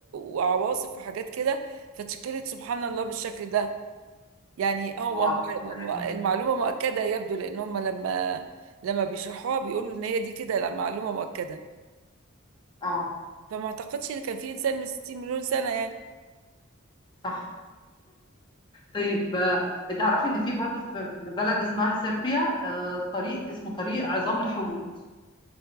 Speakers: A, on the right; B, on the left.
A: وعواصف وحاجات كده فتشكلت سبحان الله بالشكل ده يعني هو
B: واو
A: م- م-
B: حاجة
A: المعلومة
B: جميلة
A: مؤكدة يبدو لان هم لما لما بيشرحوها بيقولوا ان هي دي كده لا، معلومة مؤكدة
B: اه
A: فما اعتقدش ان كان في انسان من 60 مليون سنة يعني
B: صح طيب آه، تعرفي ان في برضو في بلد اسمها صربيا آه، طريق اسمه طريق عظام الحوت